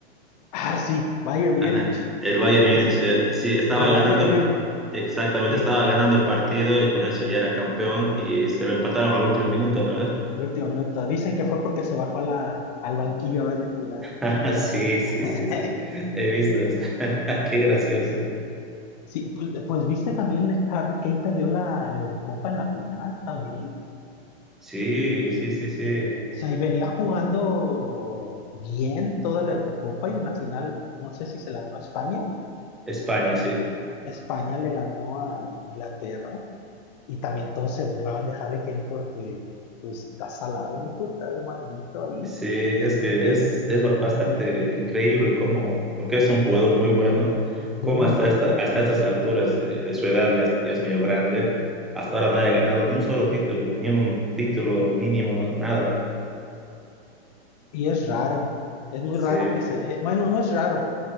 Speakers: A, on the left (about 40°); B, in the centre.
A: Ah, sí, Bayern
B: Ajá.
A: Múnich.
B: El Bayern Múnich,
A: Sí, sí,
B: eh,
A: sí.
B: sí, estaba
A: Del
B: ganando,
A: Bayern viene.
B: exactamente,
A: Sí,
B: estaba ganando el partido y con eso ya era campeón y se lo empataron al último minuto, ¿no?
A: el último minuto. Dicen que fue porque se bajó a la- al banquillo a verlo jugar.
B: <laughs> Ah, Sí, sí,
A: <laughs>
B: sí, sí. He visto eso. <laughs> Qué gracioso.
A: Sí, pues, pues, viste también Harry Kane perdió la, la Eurocopa en la final también.
B: Sí, sí, sí, sí.
A: O sea, y venía jugando bien toda la Eurocopa y en la final, no sé si se la ganó a España.
B: España, sí.
A: España le ganó a Inglaterra y también todos se burlaban de Harry Kane porque pues, está salado, hijo, está maldito ahí.
B: Sí, es que es, es ba- bastante increíble cómo, porque es un jugador muy bueno,
A: Muy
B: cómo hasta,
A: bueno.
B: esta- hasta estas alturas de, de su edad ya, es- ya es medio grande, hasta ahora no haya ganado ni un solo título, ni un título mínimo, nada.
A: Y es raro, es muy
B: Sí,
A: raro que se dé, bueno, no es raro,